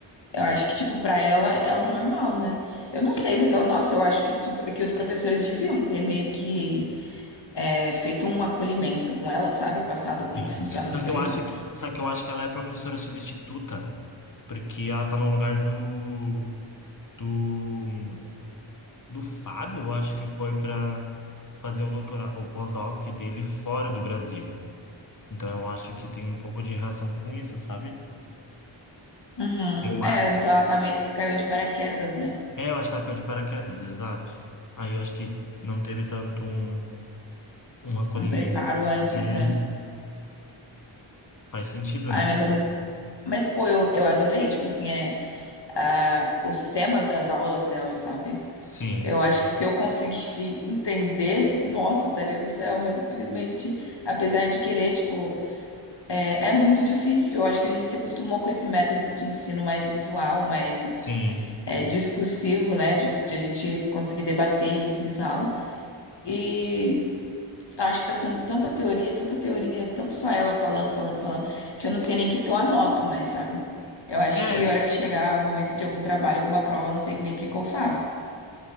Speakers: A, on the left; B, on the left.
A: Eu acho que, tipo, pra ela é o normal, né? Eu não sei, mas eu, nossa, eu acho que, super- que os professores deviam ter meio que é, feito um acolhimento com ela, sabe? Passado como
B: sim.
A: que funcionam as
B: Só
A: coisas.
B: que eu acho que, só que eu acho que ela é a professora substituta, porque ela tá no lugar do do do Fábio, eu acho que foi para fazer o doutorado, o pós-doc dele fora do Brasil. Então eu acho que tem um pouco de relação com isso, sabe?
A: Uhum.
B: Eu acho.
A: É, então ela tá meio que caiu de paraquedas, né?
B: É, eu acho que ela caiu de paraquedas, exato. Aí eu acho que não teve tanto um, um acolhimento
A: Um preparo antes,
B: É,
A: né?
B: faz sentido,
A: Ai,
B: né?
A: mas é. Mas, pô, eu, eu adorei, tipo assim, é ah, os temas das aulas dela, sabe?
B: Sim,
A: Eu acho que se eu conseguisse <laughs> entender, nossa, eu estaria no céu, mas infelizmente, apesar de querer, tipo. É, é muito difícil. Eu acho que a gente se acostumou com esse método de ensino mais visual, mais
B: sim.
A: é, discursivo, né? De, de a gente conseguir debater isso em sala. E acho que tá sendo tanta teoria, tanta teoria, tanto só ela falando, falando, falando, que eu não sei nem o que que eu anoto mais, sabe? Eu acho
B: É,
A: que a hora que chegar o momento de algum trabalho, alguma prova, eu não sei nem o que que eu faço.